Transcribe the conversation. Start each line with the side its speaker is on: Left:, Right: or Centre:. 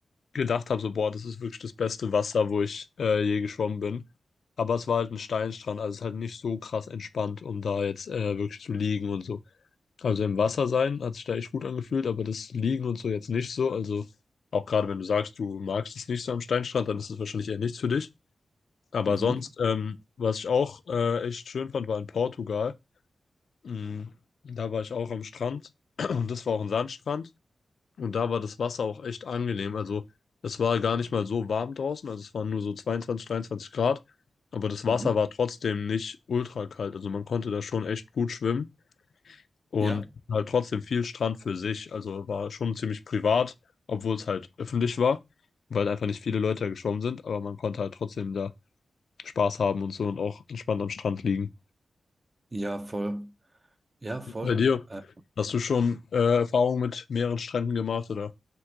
Left: gedacht habe, so, boah, das ist wirklich das beste Wasser, wo ich äh, je geschwommen bin. Aber es war halt ein Steinstrand, also es ist halt nicht so krass entspannt, um da jetzt äh, wirklich zu liegen und so. Also im Wasser sein hat sich da echt gut angefühlt, aber das Liegen und so jetzt nicht so. Also auch gerade wenn du sagst, du magst es nicht so am Steinstrand, dann ist es wahrscheinlich eher nichts für dich. Aber
Right: Mhm.
Left: sonst, ähm, was ich auch äh, echt schön fand, war in Portugal. Mhm. Da war ich auch am Strand <clears throat> und das war auch ein Sandstrand und da war das Wasser auch echt angenehm. Also es war gar nicht mal so warm draußen, also es waren nur so 22, 23 Grad, aber das
Right: Mhm.
Left: Wasser war trotzdem nicht ultra kalt. Also man konnte da schon echt gut schwimmen und
Right: Ja,
Left: halt trotzdem viel Strand für sich. Also war schon ziemlich privat, obwohl es halt öffentlich war, weil einfach nicht viele Leute da geschwommen sind, aber man konnte halt trotzdem da Spaß haben und so und auch entspannt am Strand liegen.
Right: ja, voll. Ja, voll.
Left: Bei dir,
Right: Äh,
Left: hast du schon äh, Erfahrungen mit mehreren Stränden gemacht oder